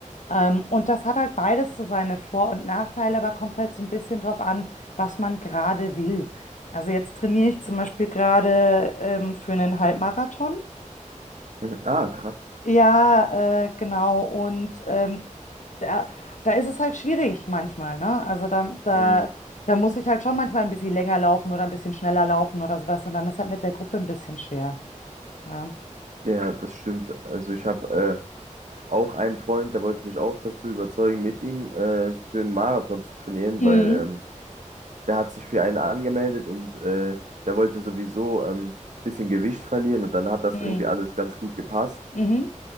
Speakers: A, on the left; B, on the right.
A: Ähm, und das hat halt beides so seine Vor- und Nachteile, aber kommt halt so ein bisschen drauf an, was man gerade will. Also jetzt trainiere ich zum Beispiel gerade ähm, für einen Halbmarathon.
B: Mhm. Ah, krass.
A: Ja, äh, genau. Und ähm, da, da ist es halt schwierig manchmal, ne? Also da, da,
B: Mhm.
A: da muss ich halt schon manchmal ein bisschen länger laufen oder ein bisschen schneller laufen oder sowas. Und dann ist halt mit der Gruppe ein bisschen schwer. Ja.
B: Ja, das stimmt. Also ich habe äh, auch einen Freund, der wollte mich auch dazu überzeugen, mit ihm äh, für einen Marathon zu trainieren,
A: Mhm.
B: weil ähm, der hat sich für einen angemeldet und äh, der wollte sowieso ein ähm, bisschen Gewicht verlieren und dann hat das
A: Mhm.
B: irgendwie alles ganz gut gepasst.
A: Mhm.